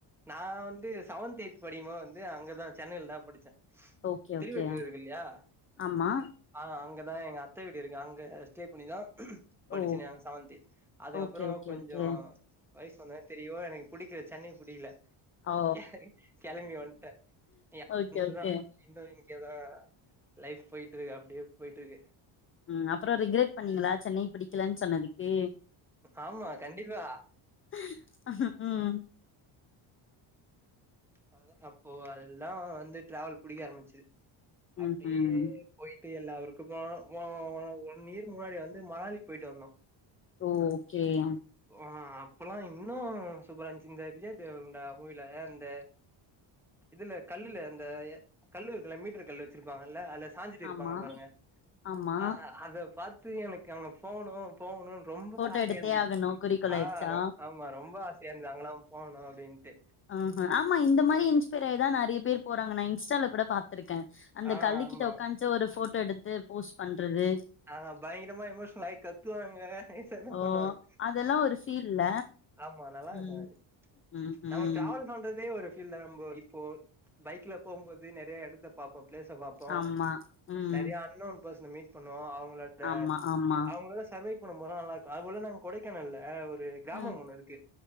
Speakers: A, in the centre; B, on the left.
A: நா வந்து செவன்த் எய்த் படிக்கிமோ வந்து அங்கதா சென்னையில தா படிச்சே
B: ஓகே
A: திருவெற்றியூர்
B: ஓகே
A: இருக்குல்லையா
B: ஆமா
A: ஆ அங்கதா எங்கத்த வீடு இருக்கு அங்க ஸ்டே பண்ணிதா படிச்சங்க
B: ஓ
A: செவன்தி அதுக்கப்பறோ
B: ஓகே ஓகே
A: கொஞ்ச
B: ஓகே
A: வயசுவந்தோன தெரியு எனக்கு புடிக்கல சென்னை புடில
B: ஓ
A: க கிளம்பி வண்டே
B: ஓகே
A: <unintelligible>
B: ஓகே
A: இன்னு இங்கதா லைஃப் போயிட்ருக்கு அப்டியே போயிட்ருக்கு
B: ம் அப்பற ரிக்ரெட் பண்ணீங்களா சென்னை பிடிக்கலன் சொன்னதுக்கு
A: ஆமா கண்டிப்பா
B: ம்
A: அதுதா அப்போ அதுலதா வந்து டிரவல் புடிக்க ஆரம்பிச்சுது அப்டியே
B: ம்ஹும்
A: போயிட்டு எல்லா ஊருக்குப்போ ஓ ஒன் இயர்க்கு முன்னாடி வந்து மணாலிக்கு போயிட்டு வந்தோ
B: ஓ ஓகேயா
A: ஓ ஆ அப்பல்லா இன்னு சூப்பரா இருஞ்ச்சி இந்த விஜய தேவர்ருண்டா மூவில அந்த இதுல கல்லுல அந்த கல்லு இருக்குல்ல மீட்டர் கல்லு வச்சிருப்பாங்கல்ல அல்ல சாஞ்சுட்ருப்பாங்க
B: ஆமா
A: பாருங்க
B: ஆமா
A: ஆஹா அத பாத்து எனக்கு அவங்க போணு போகணும்னு ரொம்ப
B: போட்டோ
A: ஆசையா
B: எடுத்தே
A: இருந்தது
B: ஆகணு குறிக்கோள்
A: ஆ
B: ஆயிருச்சா
A: ரொ ஆமா ரொம்ப ஆசையா இருந்த அங்கெல்லா போகணு அப்படின்ட்டு
B: ஆஹா ஆமா இந்த மாரி இன்ஸ்பைர்யிதா நெறைய பேர் போறாங்க நா இன்ஸ்டால கூட பாத்துருக்கே அந்த
A: ஆ
B: கல்லு
A: ஆமா
B: கிட்ட உக்காந்துச்சு ஒரு போட்டோ எடுத்து போஸ்ட் பண்றது
A: ஆ பயங்கரமா எமோஷனல் ஆய் கத்துவாங்க எதேதோ
B: ஓ
A: பண்ணுவாங்க
B: அதெல்லா ஒரு ஃபீல்ல
A: ஆமா நல்லாருக்கு
B: ம்
A: அது
B: ம்
A: நம்ம
B: ம்
A: ட்ராவல் பண்றதே ஒரு பீல்தா இப்போ பைக்ல போகும்போது நெறய எடத்த பாப்போ பிளேஸ்ஸ பாப்போ
B: ஆமா ம்
A: நெறைய அன்னோ பர்சன் மீட் பண்ணுவோ அவங்களோ ட
B: ஆமா ஆமா
A: அவங்களோட சர்வைவ் பண்ணும்போதுல்லா நல்லாருக்கு அது போல நாங்க கொடைக்கானல்ல ஒரு கிராமம்
B: ம்
A: ஒண்ணு இருக்கு